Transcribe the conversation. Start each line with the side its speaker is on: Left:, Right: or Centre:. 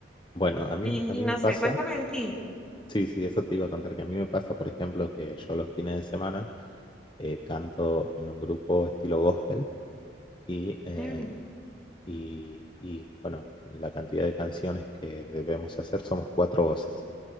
Left: Bueno, a mí,
Centre: Y,
Left: me- a mí
Centre: y no
Left: me pasa,
Centre: sé, cuéntame de ti.
Left: sí, sí, eso te iba a contar, que a mí me pasa, por ejemplo, que yo los fines de semana eh, canto en un grupo estilo gospel y, eh,
Centre: Chévere.
Left: y, y, bueno, la cantidad de canciones que debemos hacer somos cuatro voces.